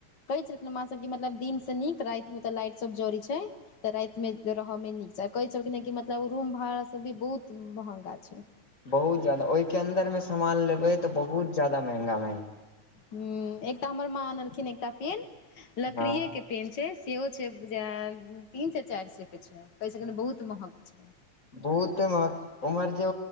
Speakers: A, on the left; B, on the left.
A: कहै छलखिन म सबके मतलब दिन से नीक राति मे तऽ लाइट सब जड़ै छै तऽ रातिमे रहऽमे नीक छै कहै छलखिन ने कि मतलब रूम भाड़ा सब भी बहुत महंगा छै
B: बहुत जादा ओहिके अन्दरमे सामान लेबै तऽ बहुत जादा महंगा महंगा
A: हँ एकटा हमर माँ आनलखिन एकटा पेन लकड़िए
B: हँ
A: के पेन छै सेहो छै तीन से चारि सौ के छै ओय स कने बहुत महक छै
B: बहुते मह उमहर जे